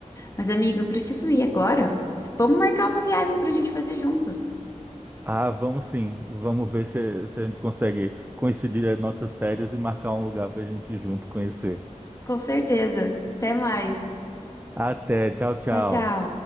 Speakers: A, on the left (about 25°); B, on the right (about 15°).
A: Mas, amigo, eu preciso ir agora. Vamos marcar uma viagem pra gente fazer juntos.
B: Ah, vamos sim. Vamos ver se, se a gente consegue coincidir as nossas férias e marcar um lugar para a gente ir junto conhecer.
A: Com certeza. Até mais.
B: Até, tchau, tchau.
A: Tchau, tchau.